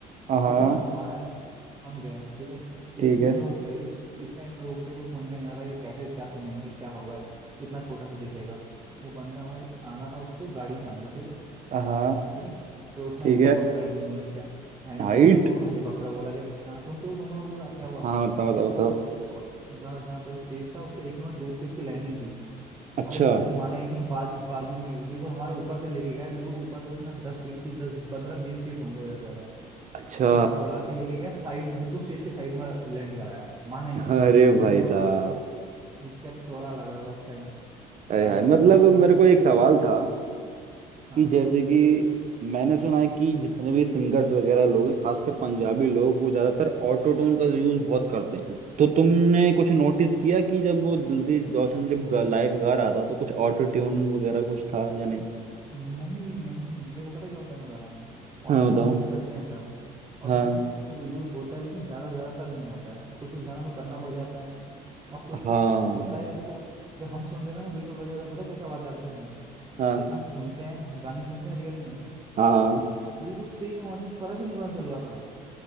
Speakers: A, on the right; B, on the right.
A: हाँ
B: सोचो ना हमारा हम गए ठीक है
A: ठीक
B: इतने
A: है
B: लोग थे इत, इतने लोग थे कुछ समझ में नहीं आता कि कैसे क्या सुनेंगे क्या होगा इतना छोटा सा दिखेगा वो बंदा भाई आना था उसको गाड़ी से आना था ठीक है
A: हाँ
B: ठीक है फिर उसने
A: ठीक
B: हेलीकॉप्टर
A: है
B: हैंड मूव ने किया हैंड
A: हाइट
B: मूव हैंड मूव में हेलीकॉप्टर बोला गया हाँ सुन तो सुनो तो पूरा क्या हुआ
A: हाँ बताओ बताओ
B: इसको
A: बताओ
B: इसको जहाँ जहाँ पे स्टेज था उससे एक किलोमीटर दूर की उसकी लैंडिंग थी
A: अच्छा
B: भाई उसने माना ही नहीं बाज, बाजू में ही बिल्कुल हमारे ऊपर से लेके गया बिल्कुल ऊपर सोचना दस फीट की दस पंद्रह बीस फीट होंगे जैसे
A: अच्छा
B: उठा उड़ा के लेके गया साइड बिल्कुल स्टेज के साइड में लैंड कराया माना ही नहीं
A: अरे
B: इधर
A: भाई
B: ही होगा
A: साहब
B: क्या टोरा लग रहा था उस टाइम
A: अरे
B: गाने
A: हाय मतलब
B: भाई गाने
A: मेरे को
B: जब
A: एक
B: जब
A: सवाल
B: उसने
A: था
B: हाँ
A: कि
B: बताओ
A: जैसे कि मैंने सुना है कि जितने भी सिंगर्स वगैरह लोग हैं खासकर पंजाबी लोग वो ज्यादातर ऑटो ट्यून का यूज बहुत करते हैं तो तुमने कुछ नोटिस किया कि जब वो दिलजीत दोसांझ जब गा, लाइव गा रहा था तो कुछ ऑटो ट्यून वगैरह कुछ था या नहीं
B: नहीं नहीं देखो पता क्या होता है मैं बता रहा हूँ ऑटो
A: हाँ
B: ट्यून
A: बताओ
B: यूज करते हैं सब ऑटो
A: हाँ
B: ट्यून यूज होता है लेकिन ज्यादा ज्यादातर नहीं होता है कुछ कुछ गानों में करना पड़ जाता है और कुछ
A: हाँ
B: कुछ होता है यार देखो जो हम सुन रहे थे ना बिल्कुल वैसा था पता है कैसा आवाज आ रही थी हमें
A: हाँ
B: जैसे हम सुनते हैं गाने सुनते हैं रियल में
A: हाँ
B: बिल्कुल सेम आवाज कुछ फर्क ही नहीं पता चल रहा था